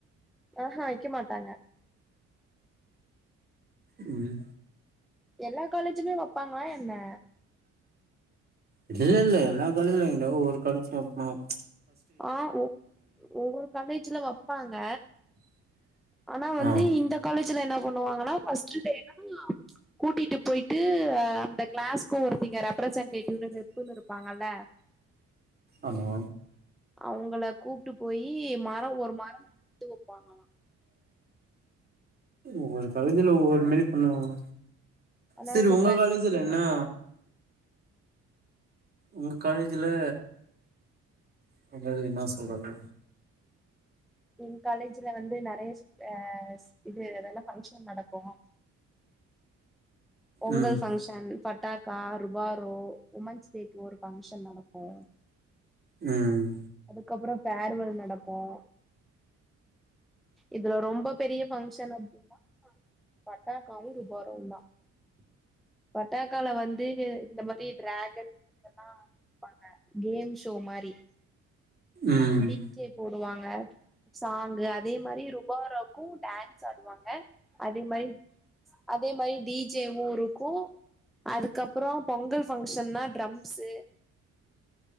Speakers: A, in the centre; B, on the right (about 30°).
A: ஆஹா வைக்க மாட்டாங்க
B: ம்
A: எல்லா காலேஜ்லயும் வைப்பாங்களா என்ன இல்ல
B: இல்ல இல்ல எல்லாம் காலேஜ்லயும் வைக்க மாட்டாங்க ஒவ்வொரு ஒரு காலேஜ்லயும் வைப்பாங்க
A: ஆ ஒ ஒவ்வொரு காலேஜ்ல வைப்பாங்க ஆனா வந்து
B: ஆ
A: இந்த காலேஜ்ல என்ன பண்ணுவாங்கன்னா பர்ஸ்ட் டே ல லாம் கூட்டிட்டு போயிட்டு ஆ அந்த கிளாஸ்க்கு ஒருத்தங்க ரெப்ரசன்டேட்டிவ்னு ரெப்புன்னு இருப்பாங்கல்ல
B: ஆமா
A: அவங்கள கூப்பிட்டு போயி மரம் ஒரு மரம் நாட்டு வைப்பாங்களாம்
B: ஒவ்வொரு காலேஜ்ல ஒவ்வொரு மாரி பண்ணுவாங்க
A: ஆனா
B: செரி
A: இந்த
B: உங்க
A: ஃப்ரெஷர்ஸ்
B: காலேஜ் ல
A: டேலா
B: என்னா உங்க காலேஜ் ல ஆ காலேஜ்ல என்ன சொல்றது
A: எங்க காலேஜ்ல வந்து நிறைய அதல்லாம் இது ஃபங்ஷன் நடக்கும் பொங்கல்
B: ம்
A: ஃபங்க்ஷன் பட்டாக்கா ருபாரோ உமன்ஸ் டேக்கு ஒரு பங்க்ஷன் நடக்கும்
B: ம்
A: அதுக்கப்புறம் பேர்வல் நடக்கும் இதுல ரொம்ப பெரிய ஃபங்க்ஷன் அப்படின்னா பட்டக்காவும் ருபாரோ தான் பட்டாக்கால வந்து இந்த மாதிரி டிராகன் இதெல்லாம் வைப்பாங்க கேம் ஷோ மாதிரி
B: ம்
A: டீ ஜே போடுவாங்க சாங்கு அதே மாதிரி ருபாராக்கும் டான்ஸ் ஆடுவாங்க அதே மாதிரி அதே மாதிரி டீஜே வும் இருக்கும் அதுக்கப்புறம் பொங்கல் ஃபங்க்ஷன்னா ட்ரம்ஸு